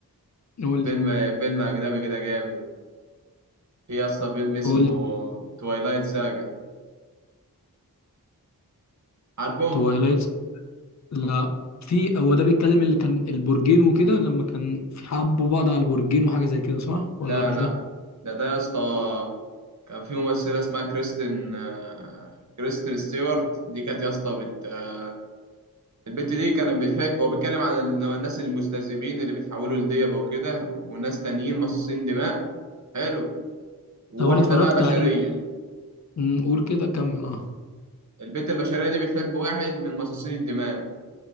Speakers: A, on the left; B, on the right.
A: قول
B: فيلم
A: لي
B: فيلم اجنبي كده جامد في يا اسطى فيلم اسمه
A: قول لي
B: توايلايت ساجا عارفه
A: توايلايت لا في هو ده بيتكلم اللي كان البرجين وكده لما كان في حبوا بعض على البرجين وحاجه زي كده صح ولا
B: لا
A: مش
B: لا
A: ده؟
B: ده ده يا اسطى كان في ممثله اسمها كريستين آه، كريستين ستيوارت دي كانت يا اسطى بت... آه، البت دي كانت بتحب وبيتكلم عن ال- الناس المستذئبين اللي بيتحولوا لديبه وكده وناس تانيين مصاصين دماء حلو وواحده
A: طب انا اتفرجت
B: بقى بشريه
A: عليه أمم، قول كده كمل اه
B: البت البشريه دي بتحب واحد من مصاصين الدماء